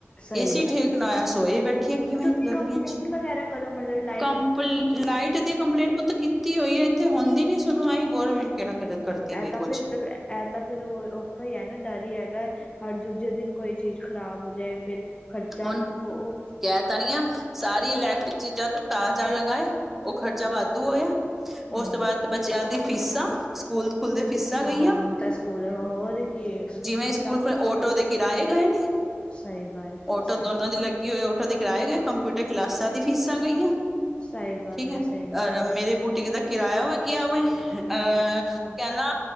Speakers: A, on the left; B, in the centre.
A: ਸਹੀ
B: ਏਸੀ
A: ਗੱਲ
B: ਠੀਕ
A: ਹੈ
B: ਨਾ ਹੋਇਆ ਸੋਏ ਬੈਠੀਏ ਕਿਵੇਂ
A: ਤੁਸੀਂ
B: ਗਰਮੀਆਂ
A: ਕੰਪਲੇਂਟ
B: ਚ
A: ਵਗੈਰਾ ਕਰੋ ਮਤਲਬ ਲਾਈਟ
B: ਕੰਪੀ।
A: ਇਹ
B: ਲਾਈਟ ਦੀ ਕੰਪਲੇਂਟ ਪੁੱਤ ਕੀਤੀ ਹੋਈ ਹੈ ਇੱਥੇ ਹੁੰਦੀ ਨੀ ਸੁਣਵਾਈ ਗੌਰਮੈਂਟ। ਕਿਹੜਾ
A: ਹੂੰ
B: ਕਰਦੀ
A: ਐ
B: ਪਈ ਕੁਛ
A: ਤਾਂ ਫਿਰ ਐ। ਇਹ ਤਾਂ ਫਿਰ ਉਹ ਔਖਾ ਹੀ ਹੈ ਨਾ ਡਰ ਹੀ ਹੈਗਾ ਹਰ ਦੂਜੇ ਦਿਨ ਕੋਈ ਚੀਜ਼ ਖ਼ਰਾਬ ਹੋ ਜਾਏ ਫਿਰ। ਖਰਚਾ
B: ਹੁਣ
A: ਉਹ
B: ਕਹਿ ਤਾਂ ਰਈ ਆ। ਸਾਰੀ ਇਲੈਕਟ੍ਰਿਕ ਚੀਜ਼ਾਂ ਤੇ ਤਾਜ਼ ਜਾ ਲਗਾਏ ਉਹ ਖ਼ਰਚਾ ਵਾਧੂ ਆਇਆ
A: ਹਾਂਜੀ
B: ਉਸ ਤੋਂ ਬਾਅਦ‌‍ ਬੱਚਿਆਂ ਦੀਆਂ ਫੀਸਾਂ। ਸਕੂਲ ਖੁੱਲਦੇ ਫੀਸਾਂ
A: ਹਾਂ
B: ਗਈਆਂ
A: ਹੁਣ ਤਾਂ ਸਕੂਲ ਹੋਰ ਕੀ
B: ਜਿਵੇਂ
A: ਫੀਸਾਂ
B: ਸਕੂਲ ਖੁੱਲੇ ਆਟੋ ਦੇ ਕਿਰਾਏ ਗਏ ਨੇ।
A: ਸਹੀ ਗੱਲ।
B: ਓਟੋ
A: ਸਹੀ
B: ਦੋਨਾਂ ਦੀ ਲੱਗੀ ਹੋਏ ਓਟੋ ਦੇ ਕਰਾਏ ਗਏ ਕੰਪਿਊਟਰ ਕਲਾਸਾਂ ਦੀ ਫੀਸਾਂ ਗਈਆਂ।
A: ਸਹੀ। ਗੱਲ
B: ਠੀਕ
A: ਹੈ, ਸਹੀ ਗੱਲ
B: ਆ
A: ਹੈ।
B: ਮੇਰੇ ਬੂਟੀਕ ਦਾ ਕਿਰਾਇਆ ਲੱਗਿਆ ਆ ਵੇ ਆ
A: ਅੱਛਾ।
B: ਠੀਕ ਆ ਨਾ